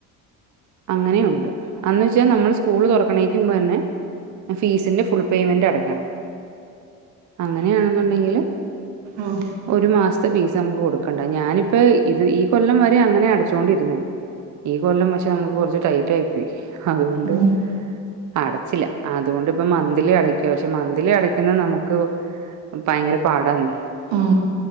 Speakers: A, on the right; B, on the right.
A: അങ്ങനെയുണ്ട്. അന്ന് വെച്ചാ നമ്മൾ സ്കൂള് തൊറക്കണേക്കുമ്പന്നെ ഫീസിന്റെ ഫുൾ പേയ്മെന്റ് അടക്കണം. അങ്ങനയാണെന്നുണ്ടെങ്കില്
B: ഉം
A: ഒരു മാസ്ത്തെ ഫീസ് നമുക്ക് കൊടുക്കണ്ട. ഞാനിപ്പ ഇത് ഈ കൊല്ലം വരെ അങ്ങനെ അടച്ചോണ്ടിര്ന്നേ. ഈ കൊല്ലം പക്ഷെ നമുക്ക് കൊറച്ച് ടൈറ്റായി പോയി. അതുകൊണ്ട്
B: ഉം
A: അടച്ചില്ല. ആതുകൊണ്ടിപ്പ മന്ത്ലി അടക്കും. ത്യാവ്ശ്യം മന്ത്ലി അടക്കുന്നത് നമുക്ക് ഭയങ്കര പാടാന്നേ.
B: ഉം